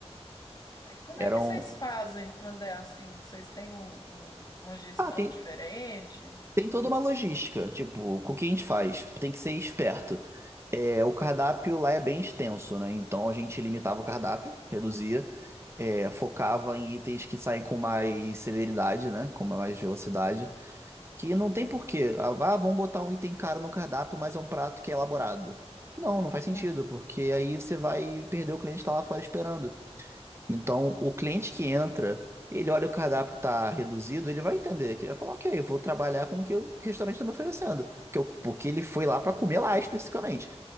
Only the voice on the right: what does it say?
Eram,
ah, tem,
Tem toda uma logística, tipo, com o que a gente faz? Tem que ser esperto. É, o cardápio lá é bem extenso, né? Então a gente limitava o cardápio, reduzia, é, focava em itens que saem com mais celeridade, né? Com mais velocidade. Que não tem porquê. Ah, ah, vamos botar um item caro no cardápio, mas é um prato que é elaborado. Não, não faz sentido,
porque aí você vai perder o cliente que tá lá fora esperando. Então, o cliente que entra, ele olha o cardápio tá reduzido, ele vai entender que ele vai falar, ok, eu vou trabalhar com o que o restaurante está me oferecendo, porque, eu- porque ele foi lá para comer lá especificamente.